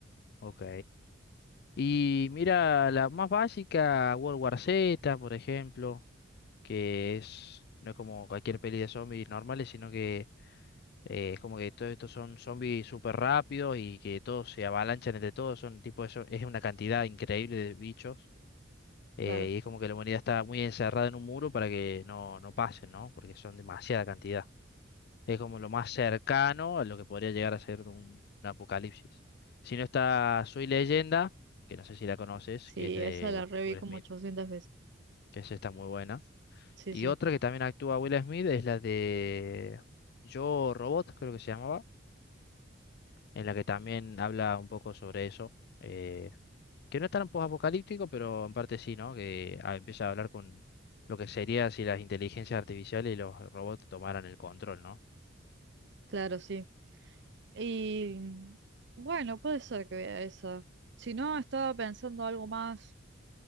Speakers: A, on the left; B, on the right.
A: Ok. Y mira, la más básica, World War Z, por ejemplo, que es, no es como cualquier peli de zombies normales, sino que eh, es como que todos estos son zombies súper rápidos y que todos se avalanchan entre todos, son tipo eso, es una cantidad increíble de bichos. Eh,
B: claro.
A: y es como que la humanidad está muy encerrada en un muro para que no, no pasen, ¿no? Porque son demasiada cantidad. Es como lo más cercano a lo que podría llegar a ser un, un apocalipsis. Si no está Soy Leyenda, que no sé si la conoces,
B: Sí,
A: que es de
B: esa la reví
A: Will
B: como
A: Smith,
B: 800 veces.
A: que es esta muy buena.
B: Sí,
A: Y
B: sí.
A: otra que también actúa Will Smith es la de Yo Robot, creo que se llamaba, en la que también habla un poco sobre eso. Eh, que no es tan post-apocalíptico, pero en parte sí, ¿no? Que ah, empieza a hablar con lo que sería si las inteligencias artificiales y los robots tomaran el control, ¿no?
B: Claro, sí. Y mm, bueno, puede ser que vea esa. Si no, estaba pensando algo más,